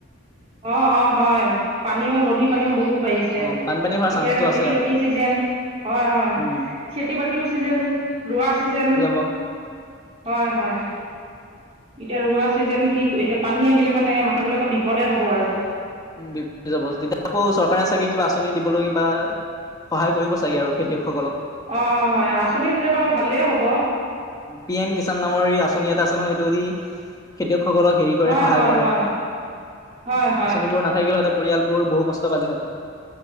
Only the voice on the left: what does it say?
অ', বানপানী হোৱাৰ
চান্সটো
আছে আৰু।
উম,
অ'।
উ দিতিয়া আকৌ চৰকাৰে চাগে কিবা আঁচনি দিবলৈ কিবা সহায় কৰিব চাগে আৰু খেতিয়কসকলক।
পি এম কিষাণ নামৰ এই আঁচনি এটা আছে নহয় সেইটো দি খেতিয়ক। লোকসকলক হেৰি কৰে
সহায়
কৰে,
আঁচনিবোৰ নাথাকিলে স পৰিয়ালবোৰ বহু কষ্ট পালেহেঁতেন